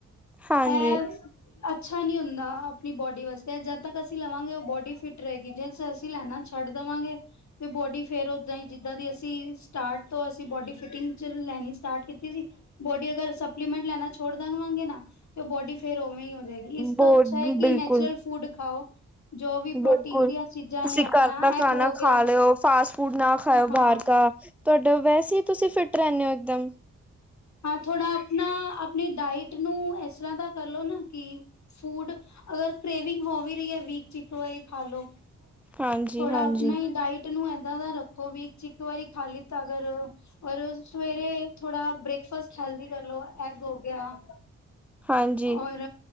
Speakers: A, in the centre; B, on the left (about 60°).
A: ਹਾਂਜੀ,
B: ਇਹ ਅੱਛਾ ਨਹੀਂ ਹੁੰਦਾ ਆਪਣੀ ਬੋਡੀ ਵਾਸਤੇ ਜਦ ਤੱਕ ਅਸੀਂ ਲਵਾਂਗੇ ਉਹ ਬੋਡੀ ਫਿਟ ਘੱਟ ਰਹੇਗੀ ਜਿਹੜੇ ਚ ਅਸੀਂ ਲੈਣਾ ਛੱਡ ਦੇਵਾਂਗੇ ਤੇ ਬੋਡੀ ਫੇਰ ਉਓਦਾਂ ਹੀ ਜਿੱਦਾਂ ਦੀ ਅਸੀਂ ਸਟਾਰਟ ਤੋਂ ਅਸੀਂ ਬੋਡੀ ਫਿਟਿੰਗ ਚ ਲੈਣੀ ਸਟਾਰਟ ਕੀਤੀ ਸੀ ਬੋਡੀ ਅਗਰ ਸਪਲੀਮੈਂਟ ਲੈਣਾ ਛੋਡ ਦੇਵਾਂਗੇ ਨਾ ਤੇ ਬੋਡੀ ਫੇਰ ਉਵੇਂ ਹੀ ਰਹੇਗਾ ਇਸ
A: ਬਹੁਤ
B: ਤੋਂ ਅੱਛਾ ਹੈ ਕਿ
A: ਬਿਲਕੁਲ
B: ਨੈਚੁਰਲ ਫੂਡ ਖਾਓ। ਜੋ ਵੀ ਪ੍ਰੋਟੀਨ
A: ਬਿਲਕੁਲ
B: ਦੀਆਂ ਚੀਜ਼ਾਂ
A: ਤੁਸੀਂ
B: ਨੇ ਆਪਣਾ
A: ਘਰ ਦਾ
B: ਐਗ
A: ਖਾਣਾ
B: ਹੋ ਗਿਆ
A: ਖਾ ਲਿਓ ਫਾਸਟ ਫੂਡ ਨਾ ਖਾਓ
B: ਹਾਂ
A: ਬਾਹਰ ਕ ਤੁਹਾਡਾ ਵੈਸੇ ਹੀ ਤੁਸੀਂ ਫਿਟ ਰਹਿੰਦੇ ਹੋ ਇੱਕਦਮ
B: ਹਾਂ ਥੋੜਾ ਆਪਣਾ ਆਪਣੀ ਡਾਇਟ ਨੂੰ ਇਸ ਤਰ੍ਹਾਂ ਦਾ ਕਰਲੋ ਨਾ ਕਿ ਫੂਡ ਅਗਰ ਪ੍ਰੇਵਿੰਗ ਹੋ ਵੀ ਰਹੀ ਹੈ ਵੀਕ ਚ ਇੱਕ ਵਾਰੀ ਖਾ ਲਓ
A: ਹਾਂਜੀ
B: ਥੋੜਾ
A: ਹਾਂਜੀ
B: ਆਪਣਾ ਹੀ ਡਾਇਟ ਨੂੰ ਏਦਾਂ ਦਾ ਰੱਖੋ ਵੀਕ, ਚ ਇੱਕ ਵਾਰੀ ਖਾ ਲੀ ਤੇ ਅਗਰ ਔਰ ਸਵੇਰੇ, ਥੋੜਾ ਬ੍ਰੇਕਫਾਸਟ ਹੈਲਦੀ ਕਰਲੋ ਐਗ ਹੋ ਗਿਆ।
A: ਹਾਂਜੀ
B: ਔਰ,